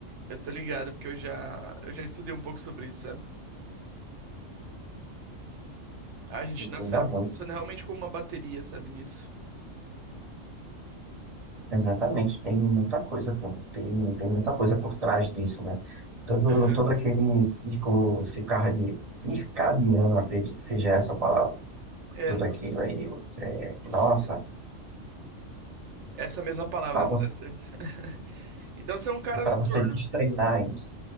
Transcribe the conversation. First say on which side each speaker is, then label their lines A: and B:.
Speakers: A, on the right; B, on the right.
A: eu tô ligado, porque eu já, eu já estudei um pouco sobre isso, sabe? A gente, nosso
B: Muda
A: cérebro
B: muito.
A: funciona realmente como uma bateria, sabe, nisso.
B: Exatamente. Tem muita coisa, pô. Tem, tem muita coisa por trás disso, né? Todo,
A: Aham.
B: todo aquele ciclo circadi- circadiano, acredito que seja essa a palavra.
A: É,
B: Tudo
A: nos-
B: aquilo aí, você,
A: isso.
B: nossa,
A: Essa mesma palavra,
B: para
A: você
B: você,
A: tá certo. <laughs> Então você é um cara
B: para
A: noturno.
B: você destreinar isso.